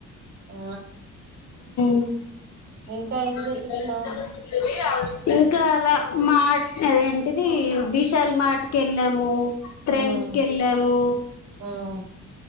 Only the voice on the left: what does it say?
<inaudible> <unintelligible>
ఇంకా అల మా అది ఏంటిది విశల్ మర్ట్ కి వెళ్ళాము ట్రెండ్స్
కెళ్ళము